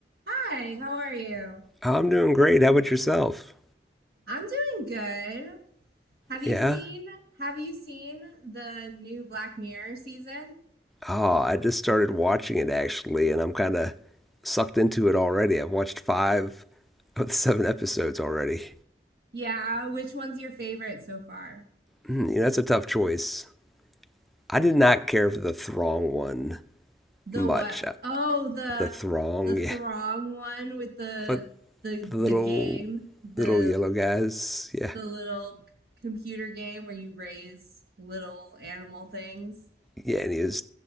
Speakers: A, on the right; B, in the centre.
A: Hi, how are you?
B: I'm doing great. How about yourself?
A: I'm doing good. Have you
B: Yeah.
A: seen have you seen the new Black Mirror season?
B: Oh, I just started watching it actually, and I'm kind of sucked into it already. I've watched five <laughs> of the seven episodes already.
A: Yeah, which one's your favorite so far?
B: Hmm, you know, that's a tough choice. I did not care for the Throng one
A: The
B: much.
A: what?
B: Uh,
A: Oh, the
B: The Throng,
A: the Throng
B: <laughs> yeah.
A: one with the
B: But
A: the
B: the little,
A: the game, the
B: little yellow guys, yeah.
A: the little computer game where you raise little animal things.
B: Yeah, and he was